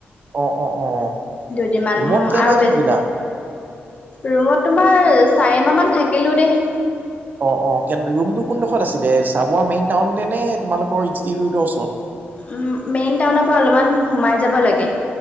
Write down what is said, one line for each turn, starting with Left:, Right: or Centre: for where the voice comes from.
Right: অ অ অ
Left: দুদিনমান
Right: ৰুমত
Left: উম
Right: কেইমাহ
Left: আৰু
Right: থাকিলা
Left: বেছ ৰুমত তোমাৰ চাৰি মাহমান থাকিলো দেই।
Right: অ অ ৰুমটো কোনডোখৰত আছিলে চাবোৱা মেইন টাউনতে নে তোমালোকৰ ইনষ্টিটিউটৰ ওচৰত?
Left: উ মেইন টাউনৰ পৰা অলপমান সোমাই যাব লাগে।